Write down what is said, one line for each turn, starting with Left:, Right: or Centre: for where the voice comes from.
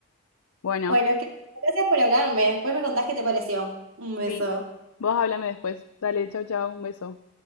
Left: Bueno,
Right: Bueno, que- gracias por hablarme. Después me contás qué te pareció. Un beso.
Left: Sí, vos háblame después. Dale, chau, chau, un beso.